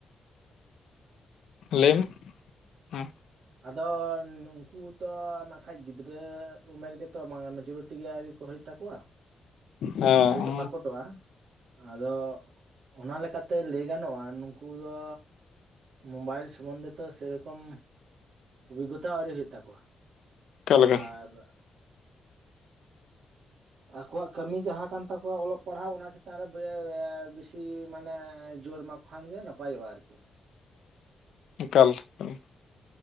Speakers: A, on the left (about 80°); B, on the right (about 75°).
A: ᱞᱟᱹᱭ ᱢᱮ! ᱦᱮᱸ
B: ᱟᱫᱚ ᱩᱝᱠᱩ ᱛᱚ ᱱᱟᱜ ᱠᱷᱟᱡ ᱜᱤᱫᱽ ᱨᱟᱹ ᱩᱢᱮᱨ ᱜᱮᱛᱚ ᱵᱟᱝ ᱢᱮᱡᱚᱨᱤᱴᱤ ᱜᱮ ᱟᱹᱣᱨᱤ ᱠᱚ ᱦᱩᱭᱩᱜ ᱛᱟᱠᱚᱣᱟ ᱾
A: ᱦᱮᱸ
B: ᱟᱣᱨᱤ ᱠᱚ ᱯᱟᱠᱚᱴᱚᱣᱟ ᱾ ᱟᱫᱚ ᱚᱱᱟ ᱞᱮᱠᱟᱛᱮ ᱞᱟᱹᱭ ᱜᱟᱱᱚᱜᱼᱟ ᱱᱩᱝᱠᱩ ᱫᱚ ᱢᱳᱵᱟᱭᱤᱞ ᱥᱚᱢᱵᱚᱱᱫᱮ ᱛᱚ ᱥᱮ ᱨᱚᱠᱚᱢ ᱚᱵᱷᱤᱜᱚᱛᱟ ᱦᱚᱸ ᱟᱹᱣᱨᱤ ᱦᱩᱭᱩᱜ ᱛᱟᱠᱚᱣᱟ,
A: ᱚᱠᱟ ᱞᱮᱠᱟ
B: ᱟᱨ ᱟᱠᱚᱣᱟᱜ ᱠᱟᱹᱢᱤ ᱡᱟᱦᱟᱸ ᱠᱟᱱ ᱛᱟᱠᱚᱣᱟ ᱚᱞᱚᱜ ᱯᱟᱲᱦᱟᱣ ᱚᱱᱟ ᱪᱮᱛᱟᱱ ᱨᱮ ᱵᱮᱻ ᱵᱮᱥᱤ ᱢᱟᱱᱮ ᱡᱳᱨ ᱢᱟᱠ ᱠᱷᱟᱱ ᱜᱮ ᱱᱟᱯᱟᱭᱚᱜᱼᱟ ᱟᱨᱠᱤ ᱾
A: ᱮᱠᱟᱞ ᱮᱠᱟᱞ ᱾